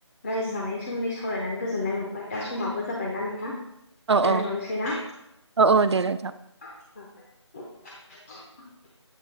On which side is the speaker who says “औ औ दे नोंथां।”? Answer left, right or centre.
Right